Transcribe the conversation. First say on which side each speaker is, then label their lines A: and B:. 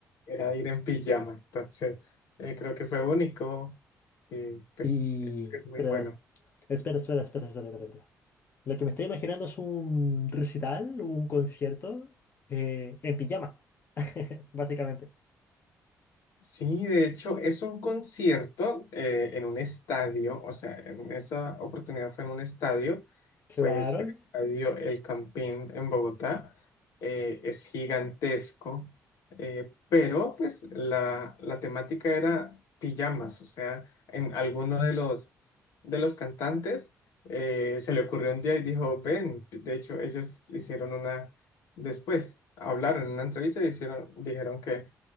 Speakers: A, on the left; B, on the left.
A: ir en pijama. Entonces, eh, creo que fue único. Y pues
B: Y,
A: es, es muy
B: pero,
A: bueno.
B: espera, espera, espera, espera, espera, espera. Lo que me estoy imaginando es un recital, un concierto eh, en pijama, <laughs> básicamente.
A: Sí, de hecho, es un concierto eh, en un estadio, o sea, en esa oportunidad fue en un estadio,
B: Claro.
A: fue ese estadio El Campín en Bogotá, eh, es gigantesco, eh, pero pues la, la temática era pijamas, o sea, en alguno de los, de los cantantes eh, se le ocurrió un día y dijo, ven, de hecho, ellos hicieron una, después, hablaron en una entrevista y hicieron, dijeron que